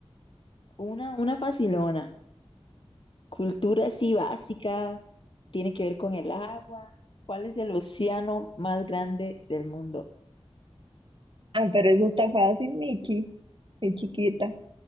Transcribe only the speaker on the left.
una, una facilona. Cultura así básica, tiene que ver con el agua. ¿Cuál es el océano más grande del mundo?